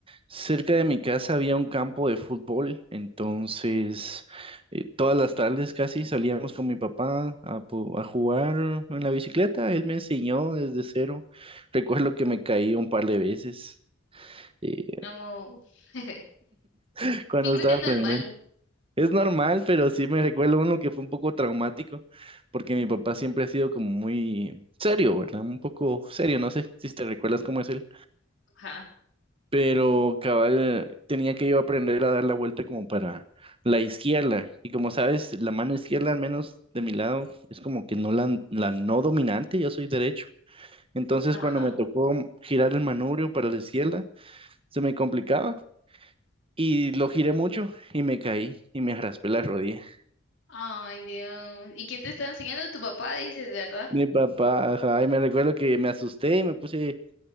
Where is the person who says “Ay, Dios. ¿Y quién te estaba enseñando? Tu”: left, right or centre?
Left